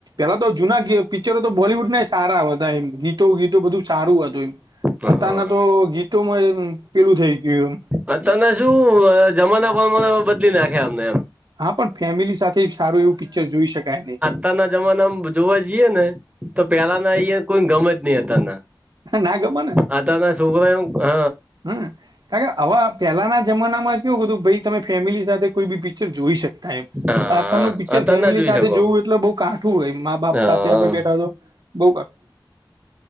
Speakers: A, on the right; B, on the right.
A: હેલા તો જૂના પિક્ચરો તો બોવૂડ ના સારા હતા એમ ગીતો ગીતો બધું સારું હતું એમ.
B: હા
A: અતારના તો ગીતોમાં પેલું થઈ ગયું એમ.
B: અ તને શું જમાના પરમાના બદલી નાખ્યા અમને એમ.
A: હા પણ ફેમિલી સાથે સારું એવું પિક્ચર જોઈ શકાય નહી.
B: તાના જમાનામાં જોવા જઈએ ને તો પહેલા ના અહં કોઈ ગમે જ નહી હતાના.
A: ના ગમે
B: આ તો સુગ વાઈ હ
A: હમ્મ કાર કે આવા પહેલાના જમાનામાં કેવું હતું તમે ફેમિલી સાથે કોઈ બી પિક્ચર જોઈ શકતા એમ
B: હા
A: આથા નનું પિક્ચર
B: અતાર
A: ફેમિલી
B: ના જોઈ
A: સાથે
B: શકો
A: જોવું એટલે બઉ કાઠું હોય મા બાપ
B: હા
A: સાથે આપડે બેઠા હોય તો બઉ કાું